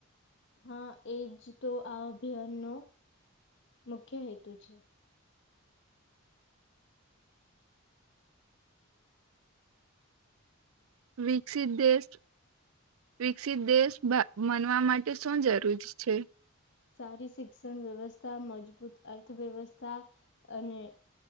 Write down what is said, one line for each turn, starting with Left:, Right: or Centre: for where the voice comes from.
Left: હા એજ તો આ અભિયાન નો મુખ્ય હેતુ છે
Right: વિકસિત દેશ વિકસિત દેશ બનવા માટે શું જરૂરી છે
Left: સારી શિક્ષણ વ્યવસ્થા મજબૂત અર્થવ્યવસ્થા અને